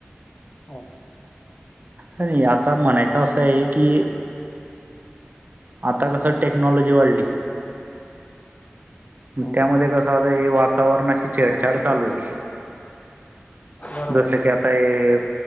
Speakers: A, on the left; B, on the right.
A: हो
B: आणि आता म्हणायचा असं आहे की आता कसं टेक्नॉलॉजी वाढली,
A: हो
B: त्यामध्ये कसं आता हे वातावरणाशी छेडछाड चालू आहे.
A: बरोबर
B: जसे
A: आहे
B: की आता हे